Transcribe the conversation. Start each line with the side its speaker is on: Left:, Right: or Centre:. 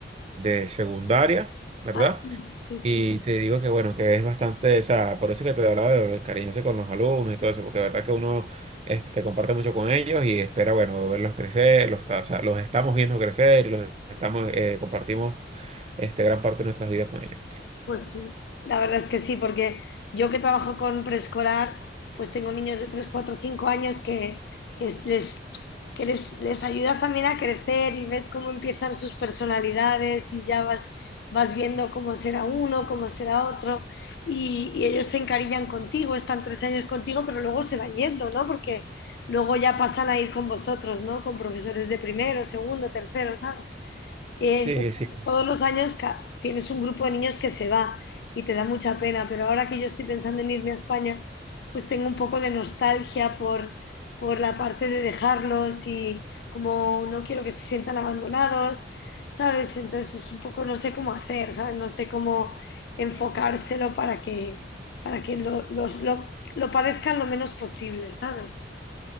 Right: de secundaria, ¿verdad?
Left: Ah, sí, sí, sí.
Right: Y te digo que bueno, que es bastante, o sea, por eso que te hablaba de encariñarse con los alumnos y todo eso, porque de verdad que uno este, comparte mucho con ellos y espera, bueno, verlos crecer, los, está- o sea, los estamos viendo crecer y los estamos, eh, compartimos este, gran parte de nuestras vidas con ellos.
Left: Pues sí, la verdad es que sí, porque yo que trabajo con preescolar, pues tengo niños de tres, cuatro, cinco años que, que es- les, que les, les ayudas también a crecer y ves cómo empiezan sus personalidades y ya vas, vas viendo cómo será uno, cómo será otro y, y ellos se encariñan contigo, están tres años contigo, pero luego se van yendo, ¿no? Porque luego ya pasan a ir con vosotros, ¿no? Con profesores de primero, segundo, tercero, ¿sabes? Y entonces,
Right: Sí, sí.
Left: todos los años ca- tienes un grupo de niños que se va y te da mucha pena, pero ahora que yo estoy pensando en irme a España, pues tengo un poco de nostalgia por, por la parte de dejarlos y como no quiero que se sientan abandonados, ¿sabes? Entonces es un poco, no sé cómo hacer, ¿sabes? No sé cómo enfocárselo para que, para que lo, los- lo, lo padezcan lo menos posible, ¿sabes?